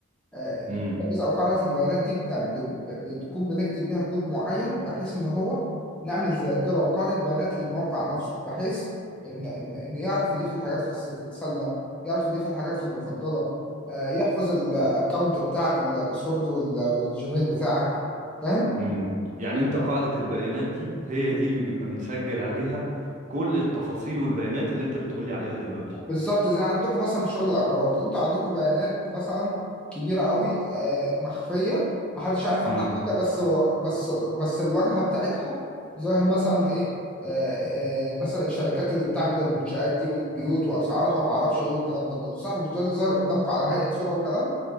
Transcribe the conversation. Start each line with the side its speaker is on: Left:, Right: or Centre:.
Centre: آه، الترابيزه
Right: امم
Centre: او قاعده البيانات دي بن- ب- ب- بتكون بنكتب بيها كود معين بحيث ان هو نعمل ذاكره وقاعده بيانات للموقع نفسه بحيث ان ان إن يعرف يضيف الحاجات في الس- في السله يعرف يضيف الحاجات في المفضله آه، يحفظ الاكونت بتاعك الباسورد وال- والجيميل بتاعك فاهم
Right: امم يعني انت قاعدة البيانات دي هي دي اللي بيبقى متسجل عليها كل التفاصيل والبيانات اللي انت بتقولي عليها دلوقتي
Centre: بالظبط زي عندكم مثلا في شغل العقارات انتوا عندكم بيانات مثلا كبيره قوي آه، مخفيه محدش عارف عنها
Right: امم
Centre: حاجه بس و- بس بس الواجهه بتاعتها ظاهر مثلا ايه آه، آه، مثلا الشركات اللي بتعمل المنشآت دي والبيوت واسعارها وما اعرفش ايه والكلام ده كله صح مش ده اللي ظاهر قدامكم على هيئه صوره وكلام